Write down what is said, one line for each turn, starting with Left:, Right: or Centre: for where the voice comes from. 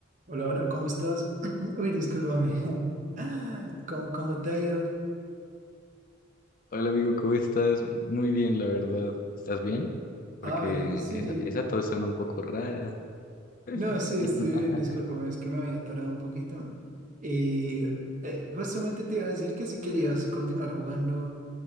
Right: Hola, hola, ¿cómo estás? <clears throat> Uy, discúlpame. <laughs> ¿Cómo, cómo te ha ido?
Left: Hola amigo, ¿cómo estás? Muy bien, la verdad. ¿Estás bien? Porque
Right: Ah, vale, sí.
Left: esa, esa tos suena un poco rara. <laughs>
Right: No, sí, estoy bien, discúlpame, es que me había atorado un poquito. Y eh, justamente te iba a decir que si querías continuar jugando